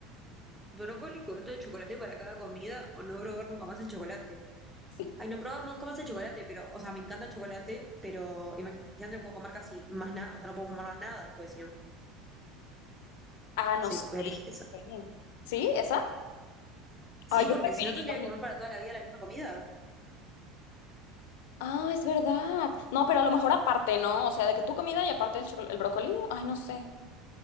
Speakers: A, in the centre; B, on the left.
A: Brócoli cubierto de chocolate para cada comida o no probar nunca más el chocolate.
B: Sí.
A: Ay, no probar nunca más el chocolate, pero, o sea, me encanta el chocolate, pero imagínate, no puedo comer casi más nada, o sea, no puedo comer más nada después, si no
B: Ah, no
A: Sí,
B: sé.
A: voy a elegir eso.
B: Sí, ¿Sí? ¿Esa?
A: Sí,
B: Ah, yo
A: porque
B: preferiría.
A: si no tendría que
B: mi-
A: comer para toda la vida la misma comida.
B: Ah, es verdad. No, pero a lo mejor aparte, ¿no? O sea, de que tu comida y aparte el chocolate, el brócoli. Ay, no sé.